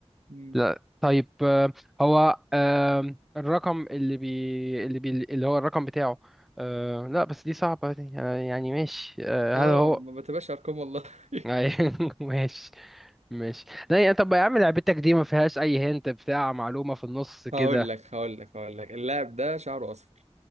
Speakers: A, on the right (about 80°); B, in the centre.
A: مم.
B: لا طيب آه هو آه الرقم اللي بي اللي بي اللي هو الرقم بتاعه آه لا بس دي صعبة دي. آه يعني ماشي آه
A: اه
B: هل هو
A: ما بتبقاش ارقام والله <laughs>
B: <laughs> ماشي ماشي لا يا طب يا عم لعبتك دي ما فيهاش اي هنت بتاع معلومة في النص كده
A: هقول لك هقول لك هقول لك اللاعب ده شعره اصفر